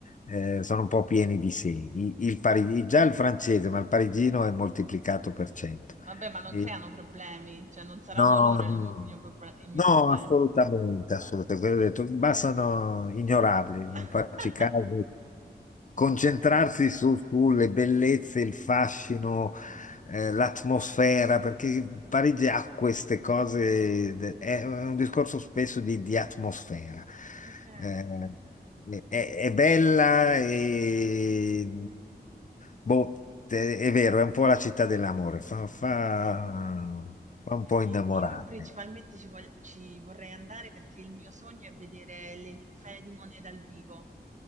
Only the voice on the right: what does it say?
Vabbè, ma non
creano problemi, cioè non saranno
loro il
mio, pro- il mio
problema.
<laughs>
Ok.
I-
Io principalmente ci, vog- ci vorrei andare perché il mio sogno è vedere le ninfee di Monet dal vivo.